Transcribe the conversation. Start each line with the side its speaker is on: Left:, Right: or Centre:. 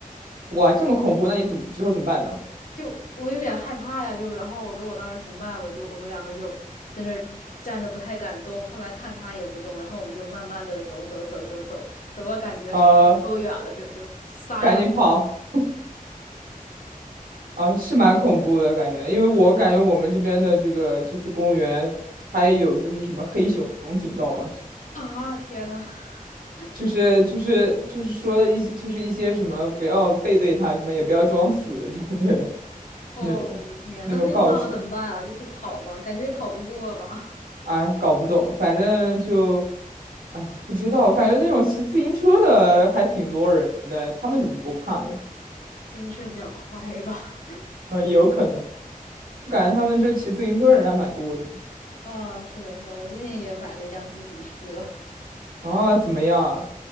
Right: 哇，这么恐怖，那你怎么之后怎么办呢？
Left: 就我有点害怕呀，就然后我跟我当时同伴，我就我们两个就在那儿站着不太敢动，后来看他也不动，然后我们就慢慢的走走走走走，走到感觉差不多够远了，
Right: 呃，
Left: 就就撒丫
Right: 赶紧跑啊，是蛮恐怖的感觉，因为我感觉我们这边的这个就是公园，它也有就是什么黑熊警告啊。
Left: 啊，天呐！<laughs>
Right: 就是就是就是说一些就是一些什么不要背对他，什么也不要装死之类的
Left: 哦，
Right: 那种那种告示，
Left: 天，那那遇到了怎么办啊？就就跑吗？感觉也跑不过吧，
Right: 哎，搞不懂，反正就，哎，不知道，感觉那种骑自行车的还挺多人的，他们怎么不怕呢？
Left: <laughs> 自行车比较快吧。
Right: 嗯，也有可能，我感觉他们这骑自行车人还蛮多的。
Left: <laughs> 啊，是的，是的，我最近也买了一辆自行车，
Right: 啊，怎么样啊？